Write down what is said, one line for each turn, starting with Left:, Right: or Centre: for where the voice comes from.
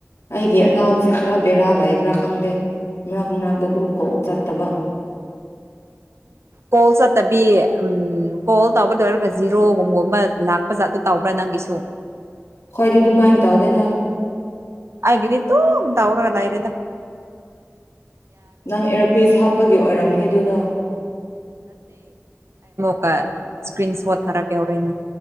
Left: ꯑꯩꯒꯤ ꯑꯅꯥꯕꯁꯦ ꯈꯔ ꯕꯦꯔꯥ ꯂꯩꯕ꯭ꯔꯥ ꯈꯪꯗꯦ ꯃꯔꯛ ꯃꯔꯛꯇ ꯑꯗꯨꯝ ꯀꯣꯛ ꯆꯠꯇꯕ꯫
Right: ꯀꯣꯜ ꯆꯠꯇꯕꯤ ꯎꯝ ꯀꯣꯜ ꯇꯧꯕ ꯂꯣꯏꯔꯒ ꯖꯤꯔꯣꯒꯨꯝꯕꯨꯝꯕ ꯂꯥꯛꯄ ꯖꯥꯠꯗꯨ ꯇꯧꯕ꯭ꯔꯥ ꯅꯪꯒꯤꯁꯨ꯫
Left: ꯈꯣꯏꯗꯤ ꯑꯗꯨꯝ ꯃꯥꯏ ꯇꯧꯗꯦꯗ꯫
Right: ꯑꯩꯒꯤꯗꯤ ꯗꯨꯝ ꯇꯧꯔꯒ ꯂꯥꯏꯔꯦꯗ꯫
Left: ꯅꯪ ꯑꯦꯌꯥꯔꯄꯤꯁ ꯍꯥꯞꯄꯒꯤ ꯑꯣꯏꯔꯝꯅꯤ ꯑꯗꯨꯗꯣ꯫
Right: <unintelligible> ꯁꯀ꯭ꯔꯤꯟ ꯁꯣꯠ ꯊꯥꯔꯛꯀꯦ ꯍꯣꯔꯦꯟ꯫